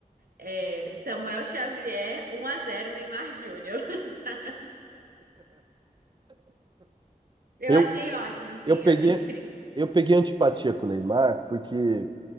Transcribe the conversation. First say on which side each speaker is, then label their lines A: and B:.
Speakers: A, on the right; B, on the right.
A: É, Samuel Xavier, um a zero Neymar Júnior. <laughs> sabe? Eu
B: Eu,
A: achei ótimo, assim,
B: eu peguei,
A: eu achei incrível.
B: eu peguei antipatia com o Neymar porque